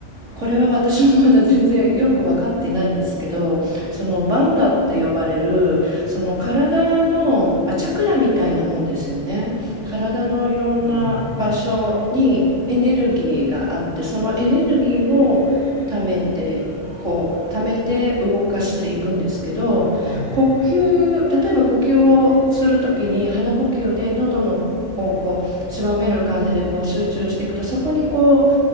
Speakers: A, on the right (about 80°); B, on the left (about 50°).
A: これは私もまだ全然よく分かっていないんですけどそのバンダって呼ばれるその体の、まあ、チャクラみたいなもんですよね体のいろんな場所にエネルギーがあってそのエネルギーを貯めてこう貯めて動かしていくんですけど呼吸例えば呼吸をする時に鼻呼吸で喉のをこう狭める感じでこう集中していくとそこにこう
B: うん、はい、